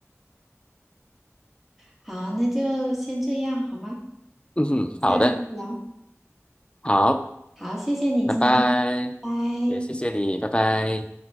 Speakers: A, in the centre; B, on the left (about 20°).
A: 好，那就先这样，好吗？
B: 嗯哼，好的，
A: 下次再聊。
B: 好，
A: 好，谢谢你今天，
B: 拜拜，
A: 拜拜。
B: 也谢谢你，拜拜。